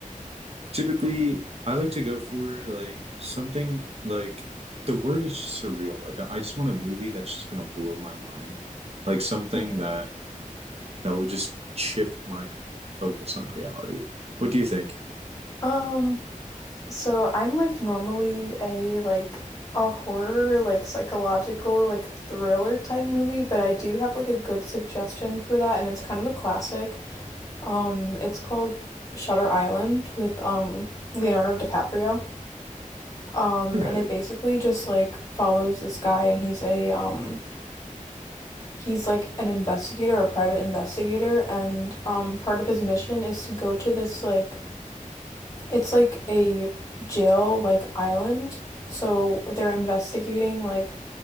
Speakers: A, on the right (about 50°); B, on the left (about 25°).
A: Typically, I like to go for like something like the word is surreal. Like I I just want a movie that's just gonna blow my mind. Like something
B: Hmm.
A: that that will just shift my focus on reality. What do you think?
B: Um, so I'm like normally a like a horror, like psychological, like thriller type movie, but I do have like a good suggestion for that and it's kind of a classic. Um, it's called Shutter Island with um Leonardo DiCaprio. Um,
A: All right.
B: and it basically just like follows this guy and he's a um he's like an investigator, a private investigator, and um, part of his mission is to go to this like it's like a jail like island. So they're investigating like